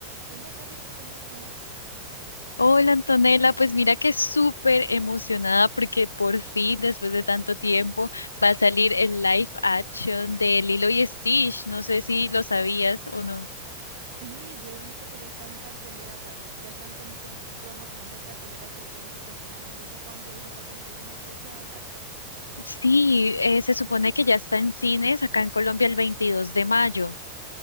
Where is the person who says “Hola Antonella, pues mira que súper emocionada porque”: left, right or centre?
Left